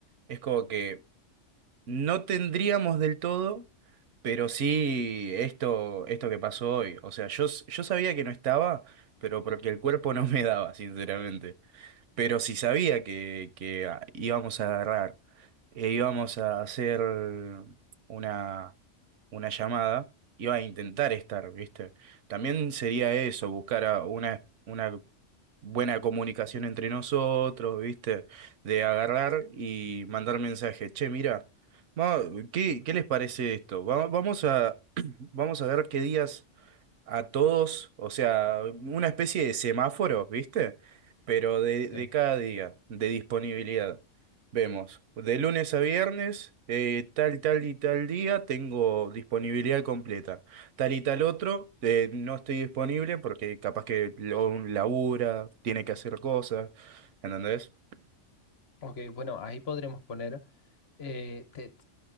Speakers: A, on the right; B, on the left.
A: es como que no tendríamos del todo, pero sí esto, esto que pasó hoy. O sea, yo, s- yo sabía que no estaba, pero porque el cuerpo <laughs> no me daba, sinceramente. Pero si sabía que, que ah, íbamos a agarrar, e íbamos a hacer una, una llamada, iba a intentar estar, ¿viste? También sería eso, buscar a una, una buena comunicación entre nosotros, ¿viste? De agarrar y mandar mensaje. Che, mira, ¿qué, qué les parece esto? Va- Vamos a, <clears throat> vamos a ver qué días a todos, o sea, una especie de semáforo, ¿viste? Pero de, de
B: Sí.
A: cada día, de disponibilidad. Vemos, de lunes a viernes, eh, tal, tal y tal día tengo disponibilidad completa. Tal y tal otro, eh, no estoy disponible porque capaz que lo- labura, tiene que hacer cosas, ¿entendés?
B: Ok, bueno, ahí podremos poner... eh, te-